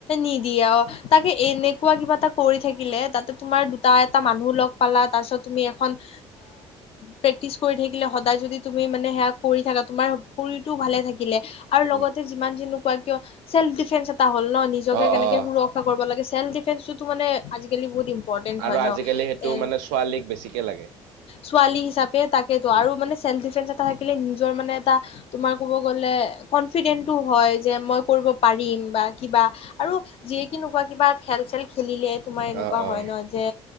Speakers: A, on the left (about 40°); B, on the right (about 60°).
A: নিদিয়াও, তাকে এনে কুবা কিবা এটা কৰি থাকিলে, তাতে তোমাৰ দুটা এটা মানুহ লগ পালা, তাৰ পিছত তুমি এখন আ' প্ৰেক্টিচ কৰি থাকিলে সদায় যদি তুমি মানে সেয়া কৰি থাকা তোমাৰ শৰীৰটোও ভালে থাকি থাকিলে আৰু লগতে
B: উম,
A: যিমান যি কোৱা কিয়, চেল্ফ ডিফেন্স এটা হল ন'। নিজকে
B: অ',
A: কেনেকে
B: অ',
A: সুৰক্ষা কৰিব লাগে চেল্ফ ডিফেন্ঞ্চোতো মানে আজিকালি বহুত ইম ইমপৰটেন্ট
B: আৰু
A: হয় ন।
B: আজিকালি সেইটো মানে ছোৱালীক বেছিকে লাগে।
A: ছোৱালী হিচাপে তাকে টো
B: উম,
A: আৰু মানে ছেলফ ডিফেঞ্ছেচ থাকিলে নিজৰ মানে এটা তোমাৰ ক'ব গ'লে কনফিডেন্টটো হয় যে মই কৰিব পাৰিম বা কিবা আৰু যিয়ে কি নোকোৱা কিবা খেল চেল খেলিলে তোমাৰ এনেকুৱা
B: অ', অ',
A: হয় ন যে